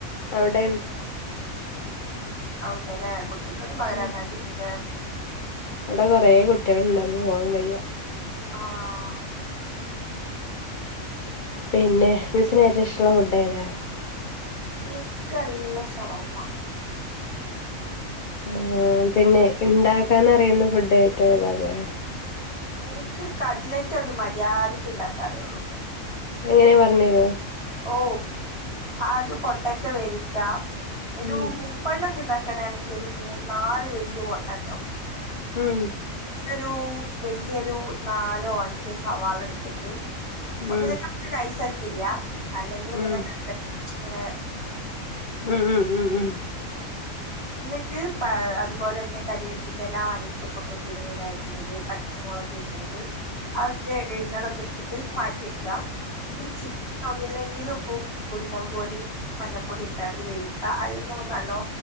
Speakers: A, on the left; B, on the left.
A: അവിടൊണ്
B: അവിടെല്ലേ കുട്ടിക്കൊന്നും പകരാനടനല്ലേ
A: ഉം അവിടെ കൊറെ കുട്ടികളുണ്ടപ്പ പോവാൻ വയ്യ
B: ആഹ
A: പിന്നെ മിസിന് ഏറ്റവും ഇഷ്ടമുള്ള ഫുഡ ഏതാ
B: എനക്ക്ല്ല ഷവർമ്മ
A: ആ പിന്നെ ഇണ്ടാക്കൻ അറിയുന്ന ഫുഡ് ഏറ്റവും ഇതല്ലേ
B: എനിക്ക് കട്ലറ്റ് അത് മര്യാദക്ക് ഇണ്ടാക്കാറിയള്ളു
A: എങ്ങനെയ പറഞ്ഞരുവോ
B: ഓ ആദ്യ പൊട്ടാറ്റ വേവിക്കാം ഒരു
A: ഉം
B: മുപ്പണ്ട ഒക്കെ ഉണ്ടാക്കിക്കോ ഉൺടാക്കണെങ്കിൽ ഒരു മൂന്ന് നാല് വല്യ പൊട്ടട്ടോ
A: ഉം
B: രൂ വല്യൊരു നാലോ അഞ്ചോ സവാള എടുത്തിട്ട്
A: ഉം
B: ഒന്നില്ലെങ്കി നമുക്ക് നൈസാക്കി അരിയാ അല്ലെങ്കിലിങ്ങനെ
A: ഉം
B: കട്ട്‌ ഇങ്ങനെ
A: ഉം ഉം ഉം ഉം
B: ന്നിട്ട് പാ അതുപോലെന്നെ കറിവേപ്പിന്റെല മലിച്ചപ്പൊക്കെ കുനുകുനാരിഞ്ഞിട്ട് പച്ചമുളക് രിഞ്ഞിട്ട് അതൊക്കെള്ളതൊക്കെട്ത്തിട്ട് മാറ്റിവെക്ക ഒരു ചി ഒന്നൂല്ലെങ്കി ങ്കിലുപ്പും കുരുമുളക് പൊടിയും മഞ്ഞപ്പൊടിയു ഇട്ടാണ്ട് വേവിക്ക അല്ലെങ്കിൽ നമുക്കല്ലോ